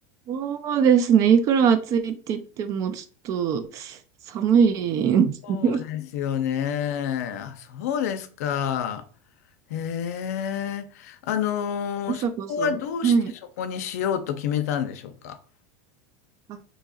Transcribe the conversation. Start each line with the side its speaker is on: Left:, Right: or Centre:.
Right: そうですね。いくら暑いって言っても、ちょっと寒いんですね。
Left: そうですよね。
Right: <laughs>
Left: あ、そうですか。へえ。あのーそこはどうしてそこにしようと決めたんでしょうか。
Right: あさこさん。はい。あ、